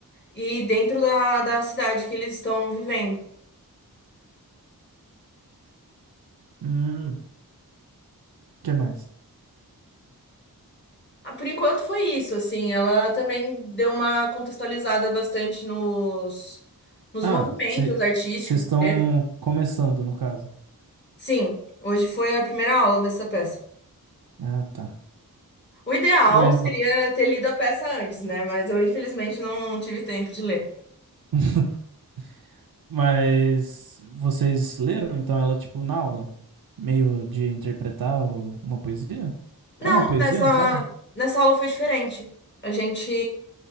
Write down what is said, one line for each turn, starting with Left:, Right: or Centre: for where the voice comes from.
Left: e dentro da, da cidade que eles estão vivendo.
Right: Hum, que mais?
Left: Ah, Por enquanto foi isso, assim, ela também deu uma contextualizada bastante nos, nos
Right: Ah,
Left: movimentos
Right: vocês
Left: artísticos
Right: estão
Left: que teve.
Right: começando, no caso.
Left: Sim, hoje foi a primeira aula dessa peça.
Right: Ah, tá.
Left: O ideal
Right: Mas.
Left: seria
Right: vo-
Left: ter lido a peça antes, né? Mas eu infelizmente não tive tempo de ler.
Right: <laughs> Mas vocês leram então ela tipo na aula? Meio de interpretar o- uma poesia?
Left: Não,
Right: É uma poesia
Left: nessa,
Right: no caso?
Left: nessa aula foi diferente. A gente,